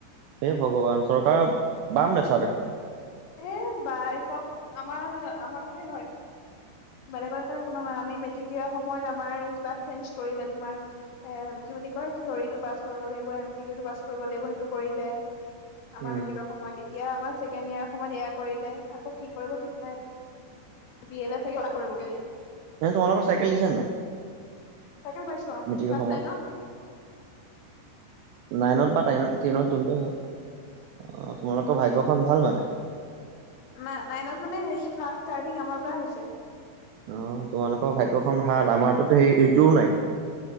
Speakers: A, on the right; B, on the left.
A: এ ভগৱান চৰকাৰ বাম নেচা দেখোন।
B: এ বা চ'ব আমাৰ আমাৰ ততে হয়। বেলেগত এটা একো নহয়, আমি মেট্ৰিক দিয়া সময়ত আমাৰ কিবা চেঞজ কৰিলে তোমাৰ এ কি বুলি কয় থিয়ৰিটো পাছ কৰিব লাগিব, এম চি কিউ টো পাছ কৰিব লাগিব সেইটো কৰিলে, আমাৰ
A: উম,
B: মেট্ৰিক সময়ত এতিয়া আমাৰ ছেকেণ্ড ইয়াৰ সময়ত এয়াৰ কৰিলে আকৌ কি কৰিব ঠিক নাই। বি এল চাগে কৰিবগৈ।
A: নে তোমালোকৰ চাইকেল দিছে নাই।
B: চাইকেল পাইছো
A: মেট্ৰিকৰ
B: ক্লাছ
A: সময়ত?
B: নাইন ত।
A: নাইনত বা টাইন টেনত যোনকে আহওক। অ' তোমালোকৰ ভাগ্যখন ভাল মানে।
B: ন নাইনত মানে হ ফাৰ্ষ্ট ইচটাৰটিং আমাৰ পৰা হৈছে।
A: আহ তোমালোকৰ ভাগ্যখন ভাল আমাৰতো সেই এইটোও নাই।